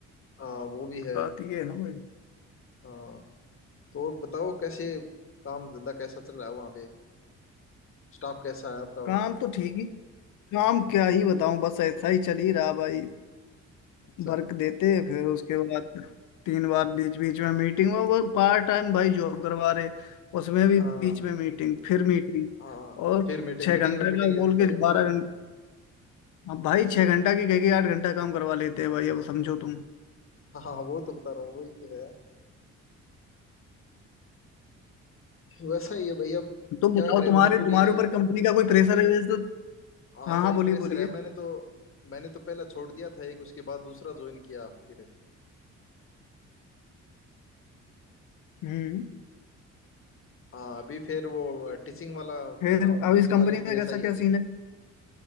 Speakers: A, on the left; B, on the left.
A: हाँ, वो भी है
B: बात ये है ना भाई
A: हाँ तो और बताओ कैसे काम धंधा कैसा चल रहा है वहाँ पे स्टाफ कैसा है आपका
B: काम तो ठीक ही काम क्या ही बताऊं बस ऐसा ही चल ही रहा भाई
A: अच्छा
B: वर्क देते फिर उसके बाद तीन बार बीच बीच में मीटिंग वो वो पार्ट टाइम भाई जॉब करवा रहे उसमें भी
A: हाँ
B: बीच में मीटिंग फिर मीटिंग
A: हाँ
B: और
A: फिर मीटिंग
B: छह
A: मीटिंग
B: घंटा
A: पे मीटिंग
B: का
A: लेते
B: बोल
A: जा
B: के
A: रहे हैं
B: बारह
A: भाई
B: घंटा अब भाई छह घंटा की कह के आठ घंटा काम करवा लेते हैं भाई अब समझो तुम
A: हाँ हाँ वो तो बता रहा हूँ वही तो है वैसा ही है भाई अब
B: तुम बताओ
A: क्या करें
B: तुम्हारे
A: मजबूरी
B: तुम्हारे
A: है
B: ऊपर कंपनी का कोई प्रेशर है वैसे तो
A: हाँ
B: हाँ
A: भाई
B: हाँ बोलिए
A: प्रेशर
B: बोलिए
A: है मैंने तो मैंने तो पहला छोड़ दिया था एक उसके बाद दूसरा ज्वाइन किया फिर
B: हम्म
A: हाँ अभी फिर वो टीचिंग वाला
B: फिर
A: कर रहा हूँ
B: अब
A: टीचिंग
B: इस कंपनी
A: वाले में
B: का
A: भी ऐसा
B: कैसा
A: ही है
B: क्या सीन है